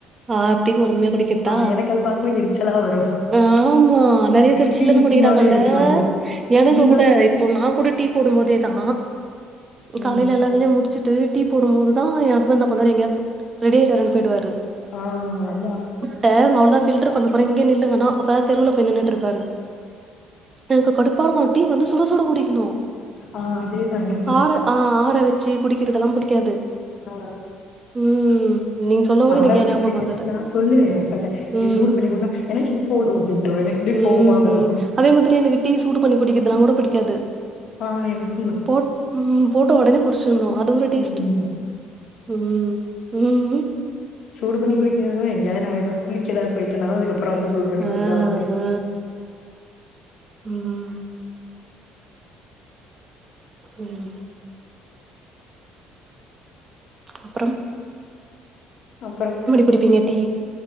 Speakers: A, on the right; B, on the left.
A: ஆத்தி பொறுமையா குடிக் கதா
B: ஆ எனக்கு அத பார்க்கும்போது எரிச்சலா வரும்.
A: ஆமா நெறைய
B: இப்படி
A: பேரு
B: குடிக்க
A: சில்லுனு
B: நீ
A: குடிக்கிறாங்கல்ல
B: சும்மாவே இருக்கலாம்.
A: எனக்கு
B: நீங்க
A: கூட இப்போ நா கூட டீ போடும் போதே தா
B: ம்.
A: கலையில எல்லா வேலயு முடுச்சுட்டு டீ போடும் போதுதா ஏ ஹஸ்பண்ட் என்ன பண்ணுவாரு எங்கயாது ரெடி ஆயிட்டு வரேனு போயிடுவாரு
B: ஆ அன்யா
A: டேங்க் வந்தா ஃபில்ட்ரு பண்ண போறே இங்கே நில்லுங்கனா அப்பதா தெருவில்ல போய் நின்னுட்ருப்பாரு எனக்கு கடுப்பா இருக்கு டீ வந்து சுட சுட குடிக்கணு
B: ஆ அதேதா எனக்கு
A: ஆற ஆ ஆற வச்சு குடிக்கிறதெல்லா புடிக்காது
B: அ
A: ம் நீங்க சொல்லவும்
B: ஆற
A: எனக்கு
B: வச்சு
A: என் ஞாபகம்
B: குடிச்சதுக்கு
A: வந்தது.
B: நா சொல்லுவே ஏ அக்காட்ட
A: ம்,
B: ஏ சூடு பண்ணி குடினா எனக்கு இது போது அப்டின்றுவா எனக்கு அப்டியே
A: ம்
B: கோவமா வரும்.
A: அதே மாரி எனக்கு டீ சூடு பண்ணி குடிக்கற்துல்லா கூட புடிக்காது
B: ஆ எனக்குந்தா
A: போட் ம் போட்ட ஒடனே குடுச்சிர்னு அது ஒரு டேஸ்ட்
B: ம்.
A: ம் ம் ம்
B: சூடுபண்ணி குடிக்கிறதுனா எங்கேயாது நா எதாவது குளிக்க எதாவது போயிட்டன தா அதுக்கப்பறோ வந்து சூடு பண்ணி
A: ஆ,
B: குடுச்சா உண்டு
A: ஆ. ம், ம் அப்பறம்
B: அப்புறம்
A: குடிப்பீங்க டீ?